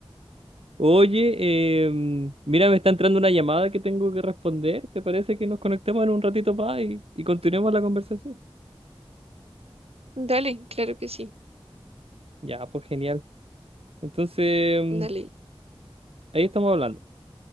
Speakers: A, on the right (about 75°); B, on the right (about 85°).
A: Oye, em, mira, me está entrando una llamada que tengo que responder. ¿Te parece que nos conectemos en un ratito más y, y continuemos la conversación?
B: Dale, claro que sí,
A: Ya, pues genial. Entonces, em,
B: dale,
A: ahí estamos hablando.